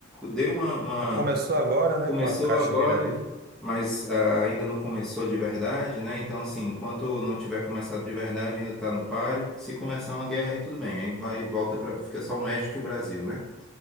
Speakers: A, in the centre; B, on the right.
A: deu uma, uma-
B: Começou agora, né,
A: começou
B: com a Caxemira
A: agora,
B: ali.
A: mas ah, ainda não começou de verdade, né? Então, assim, enquanto não tiver começado de verdade, ainda está no páreo. Se começar uma guerra, aí tudo bem, aí vai e volta para, fica só o México e o Brasil, né?